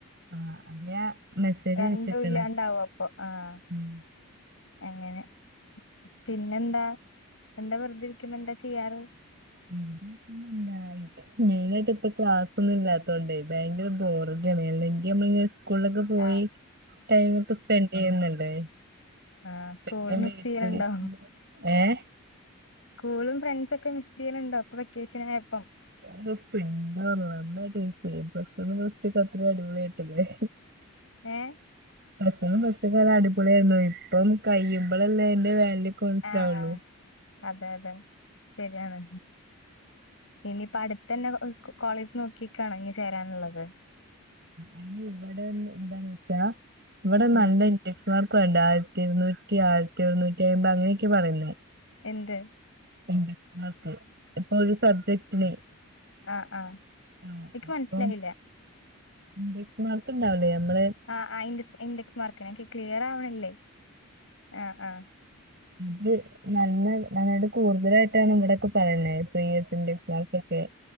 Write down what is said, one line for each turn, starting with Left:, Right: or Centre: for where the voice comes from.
Right: ആഹ് ഞാ മെസ്സേജ്
Left: രണ്ടും
Right: അയച്ചിട്ട്ണ്
Left: ഇല്ലാണ്ടാവും പ്പം ആഹ്
Right: ഉം
Left: അങ്ങനെ പിന്നെന്താ എന്താ വെറുതെ ഇരിക്കുമ എന്താ ചെയ്യാറ്
Right: <unintelligible> മെയിനായിട്ട് ഇപ്പ ക്ലാസ്ൊന്നും ഇല്ലാത്തോണ്ടേ ഭയങ്കര ബോറിാണ് അല്ലെങ്കി നമ്മള സ്കൂളിലൊക്കെ പോയി
Left: ആ
Right: ടൈമ ഒക്കെ സ്പെൻഡ് ചെയ്യുന്നുണ്ട്
Left: ആഹ് സ്കൂൾ
Right: പിന്നെ
Left: മിസ്
Right: വീട്ടില്
Left: ചെയ്യണണ്ടോ?
Right: ഏഹ്
Left: സ്കൂളും ഫ്രണ്ട്സ ഒക്കെ മിസ് ചെയ്യണണ്ടോ അപ്പൊ വെക്കേഷനായപ്പം
Right: ഒരു ദ എന്താ നന്നായിട്ട്ന്ന്ച്ചക്ക അത്രയും അടിപൊളിായിട്ടില്ലേ
Left: ഏയ്
Right: ഭസണം പച്ചക്കാല അടിപൊളിയായിരുന്നു ഇപ്പം കഴിയുമ്പോളല്ലേ എന്റെ വാല്യൂ ഒക്കെ മനസ്സിലാവുള്ളൂ
Left: ആഹ് ആഹ് അതെ അതെ ശരിയാണ് ഇനിയിപ്പ അടുത്ത തന്നെ കോളേജ് നോക്കിക്കാണോ ഇങ്ങ് ചേരാനുള്ളത്
Right: അ ഇവിടെ എന്താന്ന് വെച്ചാ ഇവിടെ
Left: ഉം
Right: നല്ല എക്സ് മാർക്ക വണ്ട ആയിരത്തി ഇരുന്നൂറ്റി ആയിരത്തി എരുുന്നൂറ്റി അമ്പത് അങ്ങനെയൊക്കെ പറയുന്നേ
Left: എന്ത്?
Right: ഇൻഡക്സ്മാർക്ക് ഇപ്പൊ ഒരു സബ്ജക്റ്റിന്
Left: ആഹ് ആഹ്
Right: ആഹ്
Left: ഇക്ക്
Right: അപ്പം
Left: മനസ്സിലായില്ല
Right: ഇൻഡെക്സ് മാർക്ക് ഉണ്ടാവില്ലേ നമ്മള്
Left: ആഹ് ആഹ് ഇൻഡക്സ് ഇൻഡക്സ് മാർക്കിന് ഞാൻ ഇൻക്ക് ക്ലിയറാവണില്ലേ ആഹ് ആഹ്
Right: അത് നല്ല നന്നായിട്ട് കൂടുതലായിട്ടാണ് ഇവിടെക്കെ പറയുന്നെ ഇപ്പൊ ഈ ഇൻഡക്സ് മാർക്കൊക്കെ